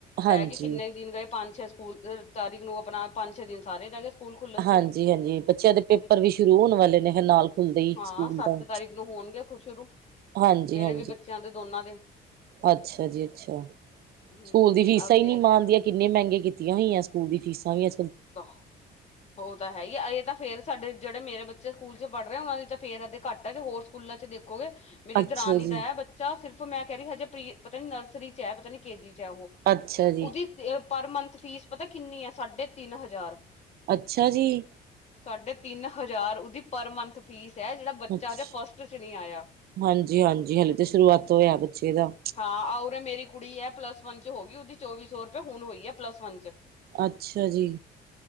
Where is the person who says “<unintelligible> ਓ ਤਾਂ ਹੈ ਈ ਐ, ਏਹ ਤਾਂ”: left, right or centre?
Left